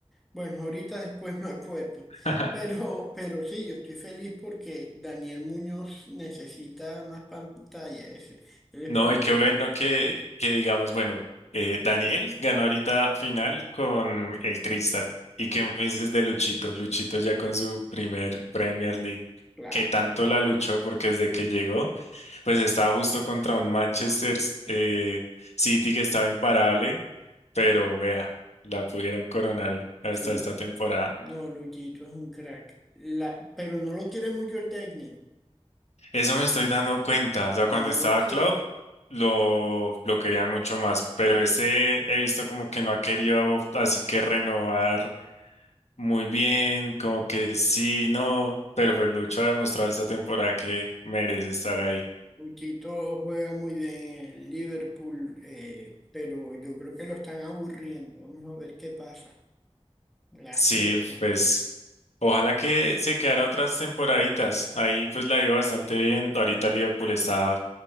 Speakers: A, in the centre; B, on the left.
A: Bueno, ahorita después <laughs> me acuerdo.
B: <laughs>
A: Pero, pero sí, yo estoy feliz porque Daniel Muñoz necesita más pantalla. Ese. Él es
B: No,
A: para
B: y qué
A: que...
B: bueno que, que digamos, bueno, eh, Daniel ganó ahorita final con el Crystal. ¿Y qué me dices de Luchito? Luchito ya con su primer Premier League,
A: Claro.
B: que tanto la luchó porque desde que llegó, pues estaba justo contra un Manchester eh, City que estaba imparable, pero vea, la pudieron coronar hasta
A: Sí,
B: esta temporada.
A: no, Luchito es un crack. La, pero no lo quiere mucho el técnico.
B: Eso me estoy dando cuenta. O sea,
A: No
B: cuando estaba
A: lo quiere.
B: Club, lo, lo querían mucho más. Pero ese he visto como que no ha querido así que renovar muy bien, como que sí, no. Pero pues Lucho ha demostrado esta temporada que merece estar ahí.
A: Uchito juega muy bien en el Liverpool, eh, pero yo creo que lo están aburriendo. Vamos a ver qué pasa. Lástima
B: Sí,
A: porque
B: pues ojalá que se quedara otras temporaditas. Ahí pues la iba bastante bien. Ahorita Liverpool está